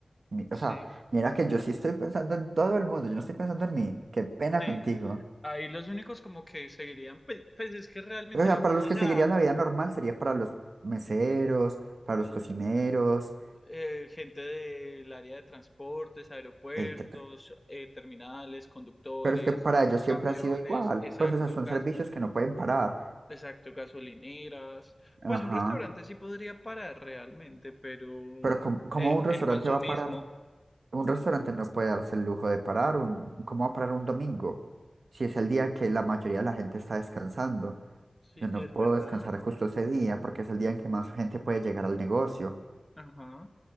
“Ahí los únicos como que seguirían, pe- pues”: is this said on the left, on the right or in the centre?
Left